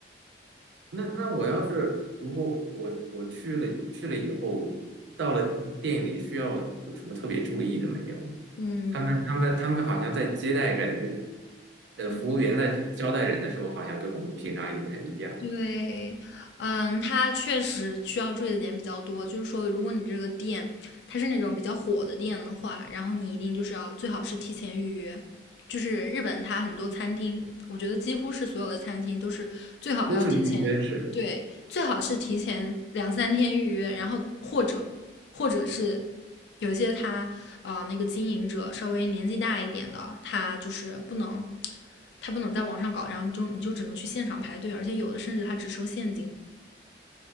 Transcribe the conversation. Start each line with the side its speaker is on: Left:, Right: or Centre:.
Right: 那那我要是如果我我去了去了以后，到了店里需要有什么特别注意的没有？
Left: 嗯，
Right: 他们他们他们好像在接待人，呃，
Left: 嗯
Right: 服务员在招待人的时候，好像跟我们平常也不太一样，
Left: 对，嗯，它确实需要注意的点比较多。就是说，如果你这个店它是那种比较火的店的话，然后你一定就是要最好是提前预约。就是日本它很多餐厅，我觉得几乎是所有的餐厅都是最好要提前，
Right: 都是预约制。
Left: 对，最好是提前两三天预约，然后或者或者是有些他呃那个经营者稍微年纪大一点的，他就是不能，他不能在网上搞，然后就你就只能去现场排队，而且有的甚至他只收现金。